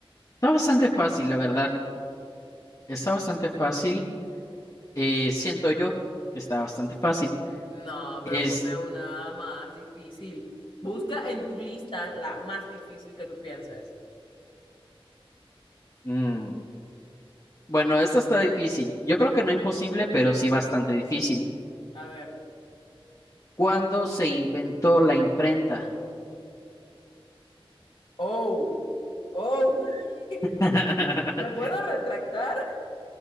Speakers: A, on the left; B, on the left.
A: está bastante fácil, la verdad. Está bastante fácil. Eh, siento yo que está bastante fácil.
B: No,
A: Es,
B: pero ponme una más difícil. Busca en tu lista la más difícil que tú pienses.
A: mm, Bueno, esta está difícil. Yo creo que no imposible, pero sí bastante difícil.
B: A ver.
A: ¿Cuándo se inventó la imprenta?
B: Oh, oh. <laughs>
A: <laughs>
B: ¿Me puedo retractar?